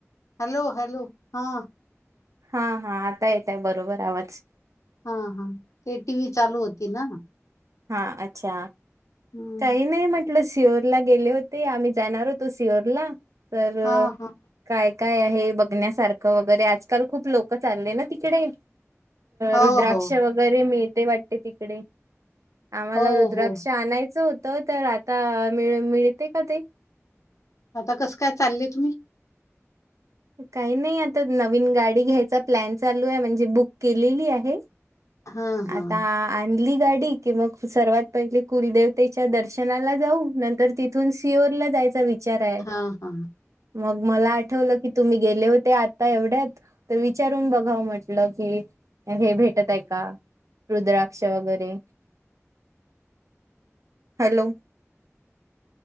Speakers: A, on the left (about 80°); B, on the right (about 85°).
A: Hello hello. हं.
B: हा हा. आता येतय बरोबर आवाज.
A: हं हं. ते टी व्ही चालू होती ना.
B: हा अच्छा!
A: हम्म
B: काही नाही म्हट ल सिहोरला गेले होते, आम्ही जाणार होतो सिहोरला. तर
A: हा हा
B: काय काय आहे बघण्यासारखं वगैरे? आजकाल खूप लोक चालले ना तिकडे.
A: हो
B: रुद्राक्ष
A: हो
B: वगैरे मिळते वाटत तिकडे. आम्हाला
A: हो
B: रुद्राक्ष
A: हो
B: आणायचं होतं. तर आता मिळ मिळते का ते?
A: आता कसं काय चालले तुम्ही?
B: काही नाही आता नवीन गाडी घ्यायचा प्लॅन चालू आहे. म्हणजे बुक केलेली आहे.
A: हा हा
B: आता आणली गाडी कि मग सर्वात पहिले कुलदेवतेच्या दर्शनाला जाऊ. नंतर तिथून सिओरला जायचा विचार आहे.
A: हा हा
B: मग मला आठवलं की तुम्ही गेले होते. आता एवढ्यात तर विचारून बघाव म्हटलं की हे भेटत आहे का? रुद्राक्ष वगरे. हॅलो,